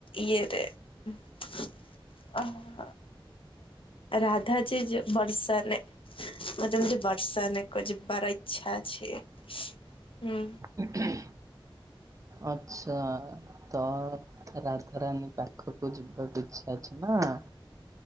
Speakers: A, on the left; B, on the right.
A: ଇଏରେ। ଆ ହା ହା। ରାଧା ଜି ଯୋ ବର୍ଷାନେ ମତେ ଏମ୍ ତି ବର୍ଷାନେ କୁ ଯିବାର ଇଚ୍ଛା ଅଛି।
B: <unintelligible>
A: ହୁଁ
B: ଆଚ୍ଛା ତ ରାଧାରାନୀ ପାଖକୁ ଯିବାକୁ ଇଚ୍ଛ୍ ଅଛି ନାଁ?